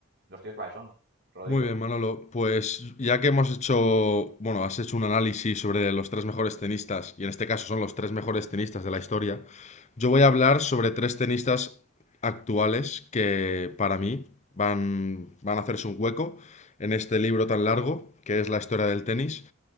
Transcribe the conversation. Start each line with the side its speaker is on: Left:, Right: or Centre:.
Right: ¿Los tíos cuáles son? Rodrigo,
Left: Muy bien, Manolo. Pues ya que hemos hecho, bueno, has hecho un análisis sobre los tres mejores tenistas, y en este caso son los tres mejores tenistas de la historia, yo voy a hablar sobre
Right: correcto.
Left: tres tenistas actuales que para mí van, van a hacerse un hueco en este libro tan largo que es la historia del tenis.